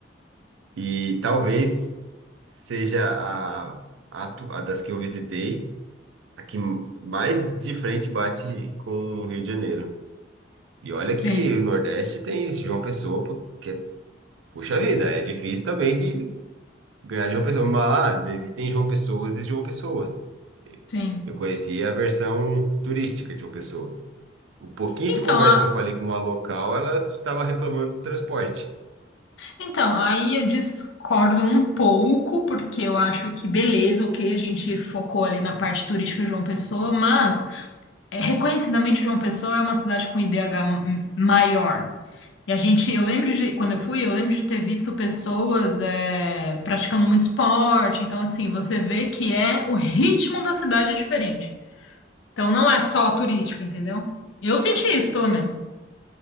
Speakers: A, on the right; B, on the left.
A: E talvez seja a, a, atu- a das que eu visitei, a que mais de frente bate com o Rio de Janeiro. E olha que
B: sim,
A: o Nordeste tem isso, João Pessoa, pô, que puxa vida, é difícil também de ganhar de João Pessoa, mas existem João Pessoas e João Pessoas.
B: sim.
A: Eu conheci a versão turística de João Pessoa. O pouquinho
B: Então,
A: de conversa
B: a,
A: que eu falei com uma local, ela estava reclamando do transporte.
B: então, aí eu discordo um pouco, porque eu acho que beleza, ok, a gente focou ali na parte turística de João Pessoa, mas é, reconhecidamente João Pessoa é uma cidade com IDH m- maior. E a gente, eu lembro de, quando eu fui, eu lembro de ter visto pessoas é, praticando muito esporte. Então, assim, você vê que é o ritmo da cidade é diferente. Então, não é só turístico, entendeu? Eu senti
A: Hum.
B: isso, pelo menos.